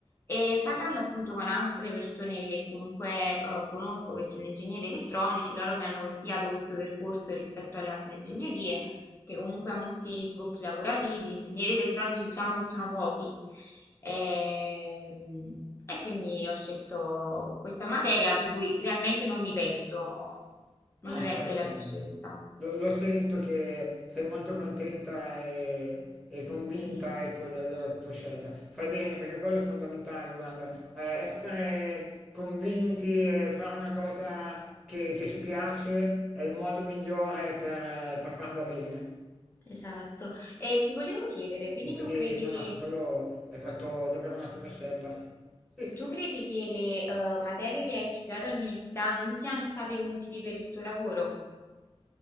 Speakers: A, on the left; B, in the centre.
A: E parlando appunto con altre persone che comunque eh, conosco che sono ingegneri elettronici, loro mi hanno consigliato questo percorso rispetto alle altre ingegnerie che comunque ha molti sbocchi lavorativi, ingegneri elettronici diciamo che sono pochi. Ehm, E, quindi ho scelto questa materia di cui realmente non mi pento, non
B: No,
A: mi pento
B: certo,
A: della mia
B: no.
A: scelta.
B: lo, lo sento che sei molto contenta e, e convinta,
A: Sì,
B: ecco, de- della tua scelta. Fai bene perché quello è fondamentale, guarda, Eh, essere convinti e fare una cosa che, che ci piace è il modo migliore per, eh, per farla bene.
A: esatto. E ti volevo chiedere, quindi
B: E quindi,
A: tu credi
B: no,
A: che,
B: no, su quello hai fatto davvero un'ottima scelta. Sì.
A: tu credi che le eh, materie che hai studiato all'università non siano state utili per il tuo lavoro?